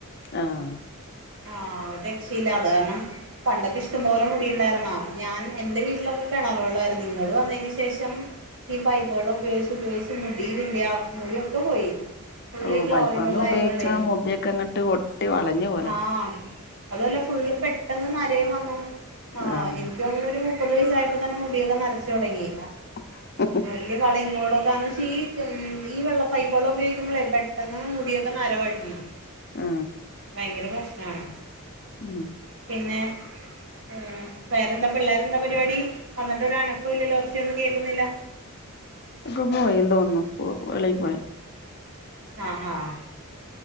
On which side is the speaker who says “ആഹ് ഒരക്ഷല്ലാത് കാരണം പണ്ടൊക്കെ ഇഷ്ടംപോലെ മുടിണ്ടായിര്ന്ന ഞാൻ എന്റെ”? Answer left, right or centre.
Right